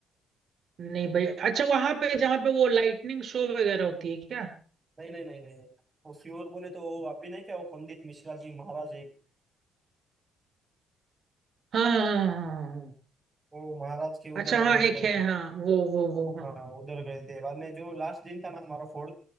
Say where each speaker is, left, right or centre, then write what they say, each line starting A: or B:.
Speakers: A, on the right (about 55°); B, on the right (about 25°).
A: नहीं भाई अच्छा वहां पे जहाँ पे वो लाइटनिंग शो वगैरह होती है क्या
B: नहीं नहीं नहीं नहीं वो सीहोर बोले तो वो आप भी नहीं क्या वो पंडित मिश्रा जी महाराज एक
A: हाँ हाँ हाँ हाँ हाँ, हाँ।
B: वो महाराज के
A: अच्छा
B: उधर वो
A: हाँ
B: मतलब
A: एक
B: उधर
A: है हाँ वो वो वो हाँ
B: हाँ उधर गए थे बाद में जो लास्ट दिन था ना हमारा फोर्थ